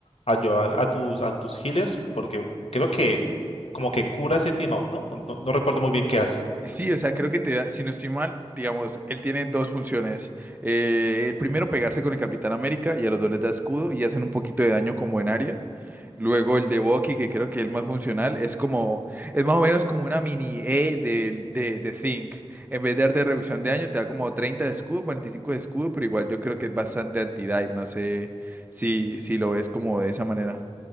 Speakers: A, on the left; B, on the right.
A: ayudar a tus, a tus healers, porque creo que como que cura ese team up, ¿no? No, no- no recuerdo muy bien qué hace.
B: Sí, o sea, creo que te da, si no estoy mal, digamos, él tiene dos funciones. Eh, primero, pegarse con el Capitán América y a los dos les da escudo y hacen un poquito de daño como en área. Luego el de Bucky, que creo que es el más funcional, es como, es más o menos como una mini E de, de, de Think. En vez de darte reducción de daño, te da como 30 de escudo, 45 de escudo, pero igual yo creo que es bastante anti-dive. No sé si, si lo ves como de esa manera.